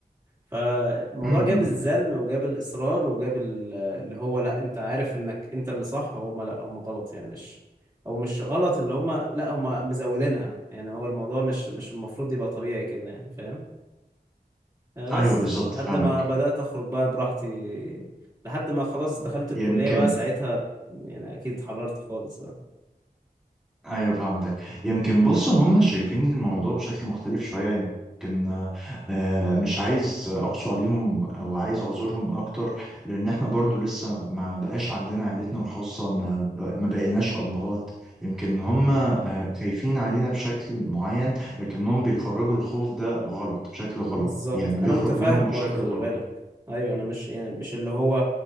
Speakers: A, on the right; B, in the centre.
A: فالموضوع
B: امم
A: جاب الزن وجاب الإصرار وجاب ال- اللي هو لا انت عارف انك انت اللي صح وهم لا هم غلط يعني مش او مش غلط اللي هم لا هم مزودينها يعني هو الموضوع مش مش المفروض يبقى طبيعي كده يعني فاهم آه، بس
B: ايوه بالظبط
A: لحد
B: فاهمك
A: ما بدأت أخرج بقى براحتي لحد ما خلاص دخلت الكلية
B: يمكن
A: بقى ساعتها يعني أكيد اتحررت خالص
B: ايوه فهمتك يمكن بص هم شايفين الموضوع بشكل مختلف شويه يمكن آه، آه، مش عايز اقسو عليهم او عايز اعذرهم اكتر لان احنا برضو
A: بقى
B: لسه ما بقاش عندنا عيلتنا الخاصه ما ب- ما بقيناش ابهات يمكن هم آه، خايفين علينا بشكل معين لكنهم بيخرجوا الخوف ده غلط بشكل غلط
A: بالظبط
B: يعني
A: انا
B: بيخرج
A: متفاهم
B: منهم بشكل
A: برضو خلي
B: غلط
A: بالك ايوه
B: م-
A: انا مش يعني مش اللي هو